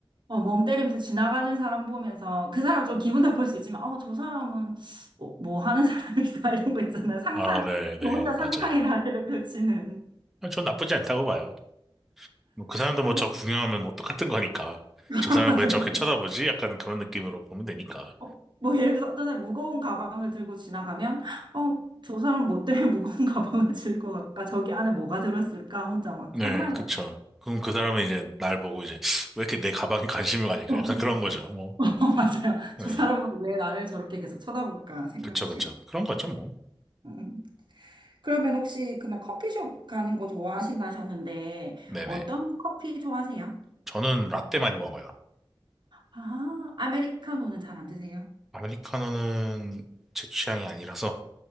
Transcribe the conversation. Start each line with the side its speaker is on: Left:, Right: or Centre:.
Right: 어, 멍 때리면서 지나가는 사람 보면서 그 사람 좀 기분 나쁠 수 있지만 어, 저 사람은 뭐, 뭐 하는 사람일까 <laughs> 이런 거 있잖아요. 상상,
Centre: 아, 네네.
Right: 저 혼자 상상의
Centre: 맞아요.
Right: 나래를 펼치는.
Centre: 아, 전 나쁘지 않다고 봐요. 뭐 그 사람도
Right: 그래서
Centre: 뭐 저 구경하면 뭐 똑같은 거니까.
Right: <laughs>
Centre: 저 사람 왜 저렇게 쳐다보지? 약간 그런 느낌으로 보면 되니까.
Right: 어, 뭐 예를 들어서 어떤 사람이 무거운 가방을 들고 지나가면 어, 저 사람 뭐 때문에 <laughs> 무거운 가방을 들고 갈까? 저기 안에 뭐가 들었을까? 혼자 막
Centre: 네,
Right: 상상해요.
Centre: 그쵸. 그럼 그 사람은 이제 날 보고 이제 왜 이렇게 내 가방에 관심을 가질까
Right: 어,
Centre: 약간 그런 거죠. 뭐.
Right: <laughs> 맞아요.
Centre: 네.
Right: 저 사람은 왜 나를 저렇게 계속 쳐다볼까 생각하시겠죠.
Centre: 그쵸, 그쵸. 그런 거죠, 뭐.
Right: 음. 그러면 혹시 그러면 커피숍 가는 거 좋아하신다 하셨는데
Centre: 네네.
Right: 어떤 커피 좋아하세요?
Centre: 저는 라떼 많이 먹어요.
Right: 아, 아메리카노는 잘 안 드세요?
Centre: 아메리카노는 제 취향이 아니라서.